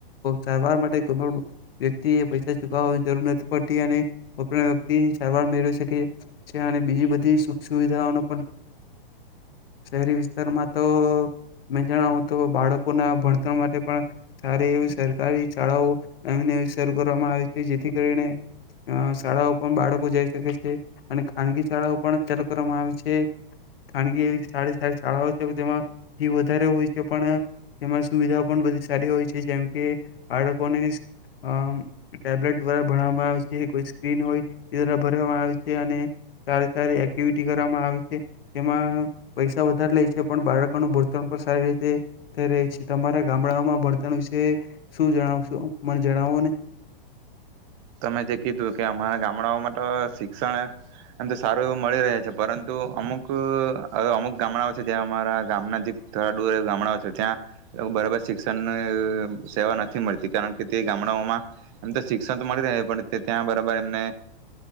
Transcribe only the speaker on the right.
તમે જે કીધું કે અમારા ગામડાઓમાં તો શિક્ષણ એમ તો સારું એવું મળી રહે છે પરંતુ અમુક અમુક ગામડાઓ છે. જ્યા અમારા ગામના જે થોડા દૂર ગામડાઓ છે. જ્યાં બરાબર શિક્ષણની અ સેવા નથી મળતી કારણ કે તે ગામડાઓમાં એમ તો શિક્ષણ તો મળી રહે પણ ત્યાં બરાબર એમને